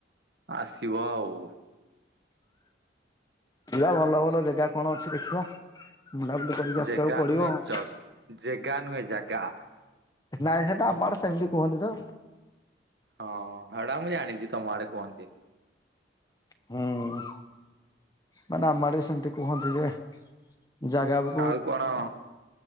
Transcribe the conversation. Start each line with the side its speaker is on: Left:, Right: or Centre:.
Right: ଆସିବ ଆଉ।
Left: ଯିବା ଭଲ ଭଲ। ଭଲ ଜେଗା କଣ ଅଛି ଦେଖିବା, ବୁଲାବୁଲି କରିକି
Right: ଜେଗା
Left: ଆସିବାକୁ ପଡିବ
Right: ନୁହେଁ
Left: ଆଉ।
Right: ଜ ଜେଗା ନୁହେଁ ଜାଗା।
Left: ନାଇଁ ହେଟା ଆମ ଆଡେ ସେମତି କୁହନ୍ତି ତ।
Right: ହଁ -ହେଡା ମୁଁ ଜାଣିଛି ତମ ଆଡେ କୁହନ୍ତି।
Left: ହୁଁ ମାନେ ଆମ ଆଡେ ବି ସେମତି କୁହନ୍ତି ଯେ, ଜାଗାବୁ
Right: ଆଉ କଣ?